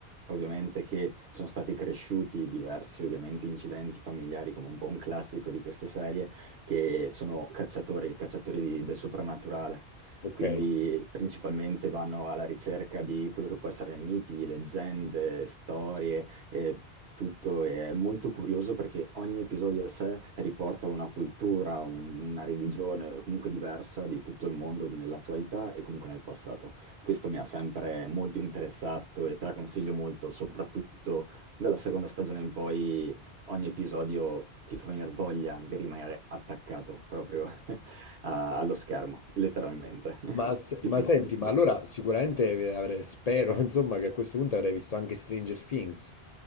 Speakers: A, on the right (about 70°); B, on the left (about 50°).
A: ovviamente, che sono stati cresciuti diversi, ovviamente, incidenti familiari, come un po' un classico di queste serie, che sono cacciatori, cacciatori di- del soprannaturale.
B: ok.
A: Quindi principalmente vanno alla ricerca di quello che può essere miti, leggende, storie, e tutto è molto curioso perché ogni episodio a sé riporta una cultura, un- una religione comunque diversa di tutto il mondo nell'attualità e comunque nel passato. Questo mi ha sempre molto interessato e te la consiglio molto, soprattutto dalla seconda stagione in poi ogni episodio ti fa venire voglia di rimanere attaccato proprio <laughs> a- allo schermo, letteralmente.
B: Ma, se-
A: <laughs> Ti
B: ma
A: fa incuriosire.
B: senti, ma allora sicuramente avrei- spero, <laughs> insomma, che a questo punto avrei visto anche Stranger Things.